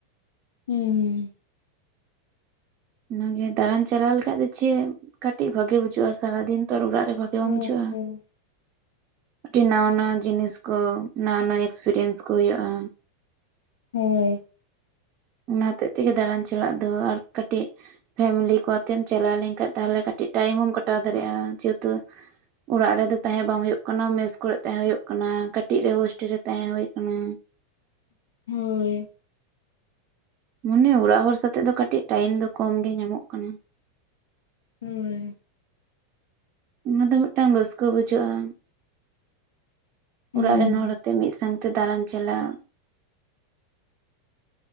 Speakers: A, on the left; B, on the right.
A: ᱩᱸᱻᱻ
B: ᱚᱱᱟᱜᱮ ᱫᱟᱬᱟᱱ ᱪᱟᱞᱟᱣ ᱞᱮᱠᱷᱟᱡ ᱫᱚ ᱪᱮᱫ ᱠᱟᱹᱴᱤᱡ ᱵᱷᱟᱜᱤ ᱵᱩᱡᱷᱟᱹᱜᱼᱟ ᱥᱟᱨᱟ ᱫᱤᱱ ᱛᱚ ᱚᱲᱟᱜ ᱨᱮ ᱵᱷᱟᱜᱤ
A: ᱦᱳᱭ
B: ᱵᱟᱝ ᱵᱩᱡᱷᱩᱜᱼᱟ
A: ᱦᱳᱭ
B: ᱠᱟᱴᱤᱜ ᱱᱟᱣᱟ ᱱᱟᱣᱟ ᱡᱤᱱᱤᱥ ᱠᱚ ᱱᱟᱣᱟ ᱱᱟᱣᱟ ᱮᱠᱥᱯᱮᱨᱤᱭᱮᱱᱥ ᱠᱚ ᱦᱩᱭᱩᱜᱼᱟ᱾
A: ᱦᱳᱭ
B: ᱚᱱᱟ ᱦᱚᱛᱮᱜ ᱛᱮᱜᱮ ᱫᱟᱬᱟᱱ ᱪᱟᱞᱟᱜ ᱫᱚ ᱟᱨ ᱠᱟᱹᱴᱤᱡ ᱯᱷᱮᱢᱮᱞᱤ ᱠᱚ ᱛᱮᱢ ᱪᱟᱞᱟᱣ ᱞᱮᱱᱠᱷᱟᱱᱡ ᱛᱟᱦᱚᱞᱮ ᱠᱟᱹᱴᱤᱡ ᱴᱟᱭᱤᱢ ᱠᱚᱴᱟᱣ ᱫᱟᱲᱮᱭᱟᱜᱼᱟ ᱡᱮᱦᱮᱛᱩ ᱚᱲᱟᱜ ᱨᱮᱫᱚ ᱛᱟᱦᱮᱸ ᱵᱟᱝ ᱦᱩᱭᱩᱜ ᱠᱟᱱᱟ ᱢᱮᱥ ᱠᱚᱨᱮ ᱛᱟᱦᱮᱸ ᱦᱩᱭᱩᱜ ᱠᱟᱱᱟ ᱠᱟᱹᱴᱤᱡ ᱨᱮ ᱦᱳᱥᱴᱮᱞ ᱨᱮ ᱛᱟᱦᱮᱸ ᱦᱳᱭ ᱠᱟᱱᱟ
A: ᱦᱳᱭ
B: ᱢᱚᱱᱮ ᱚᱲᱟᱜ ᱦᱚᱲ ᱥᱟᱣᱛᱮᱜ ᱫᱚ ᱠᱟᱹᱴᱤᱡ ᱴᱟᱭᱤᱢ ᱫᱚ ᱠᱚᱢ ᱜᱮ ᱧᱟᱢᱚᱜ ᱠᱟᱱᱟ
A: ᱦᱩᱸ
B: ᱚᱱᱟ ᱫᱚ ᱢᱤᱫᱴᱟᱝ ᱨᱟᱹᱥᱠᱟᱹ ᱵᱩᱡᱷᱟᱹᱜᱼᱟ
A: ᱦᱩᱸ
B: ᱚᱲᱟᱜ ᱨᱮᱱ ᱦᱚᱲᱛᱮ ᱢᱤᱫ ᱥᱟᱝ ᱛᱮ ᱫᱟᱲᱟᱱ ᱪᱟᱞᱟᱣ